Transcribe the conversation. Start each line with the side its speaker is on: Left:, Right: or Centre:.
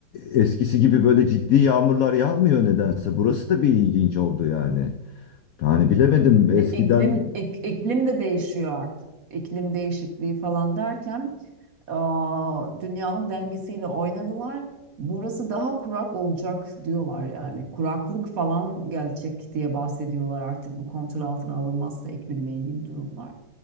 Left: eskisi gibi böyle ciddi yağmurlar yağmıyor nedense. Burası da bir ilginç oldu yani. Yani bilemedim
Right: İkli-
Left: eskiden
Right: İklim, ik- iklim de değişiyor artık. İklim değişikliği falan derken aa, dünyanın dengesiyle oynadılar. Burası daha kurak olacak diyorlar yani. Kuraklık falan gelecek diye bahsediyorlar artık bu kontrol altına alınmazsa iklimle ilgili durumlar.